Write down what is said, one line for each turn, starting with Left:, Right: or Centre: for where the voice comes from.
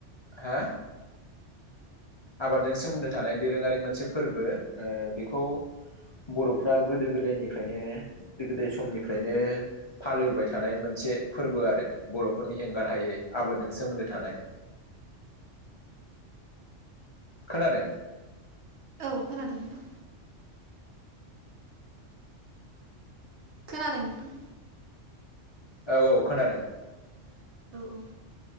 Left: हा आबादजों सोमोन्दो थानाय दोरोङारि मोनसे फोरबो। ओ बेखौ बर'फ्रा गोदो गोदायनिफ्रायनो गोदो गोदाय समनिफ्रायनो फालोबाय थानाय मोनस से फोरबो आरो बर'फोरनि एंगार हायै आबादजों सोमोन्दो थानाय। खोनादों।
Right: औ खोनादों नोंथां। खोनादों नोंथां।
Left: औ औ खोनादों।
Right: औ औ।